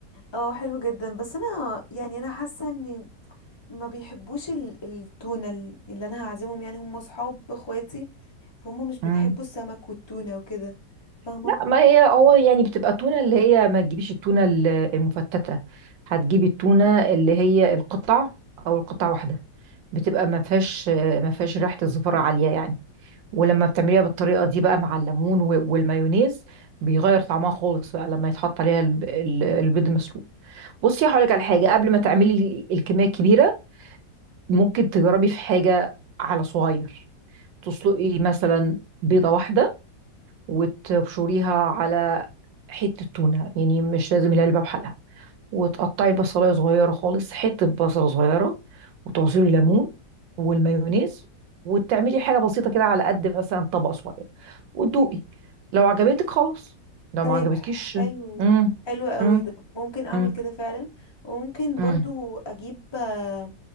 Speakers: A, on the left (about 25°); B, on the right (about 85°).
A: اه حلو جدا بس انا يعني انا حاسه ان ما بيحبوش ال- التونة ال- اللي انا هعزمهم يعني هم اصحاب اخواتي فهم مش بيحبوا
B: مم.
A: السمك والتونة وكده فاهمة
B: لا ما هي هو يعني بتبقى تونة اللي هي ما تجيبيش التونة ال- المفتتة هتجيبي التونة اللي هي القطع او القطع واحدة بتبقى ما فيهاش ما فيهاش ريحة الزفرة عالية يعني ولما بتعمليها بالطريقة دي بقى مع الليمون و- والمايونيز بيغير طعمها خالص بقى لما يتحط عليها الب- ال- البيض مسلوق بصي هقولك على حاجة قبل ما تعملي ال- الكمية الكبيرة ممكن تجربي في حاجة على صغير تسلقي مثلا بيضة واحدة وتبشريها على حتة تونة يعني مش لازم العلبة بحالها وتقطعي البصلاية صغيرة خالص حتة بصلة صغيرة وتعصري ليمون والمايونيز وتعملي حاجة بسيطة كده على قد مثلا طبق صغير وتدوقي لو عجبتك خلاص لو
A: طيب
B: ما عجبتكيش
A: حلو
B: امم
A: حلو قوي
B: امم
A: ده ممكن اعمل
B: امم
A: كده فعلا وممكن
B: امم
A: برضو اجيب آه،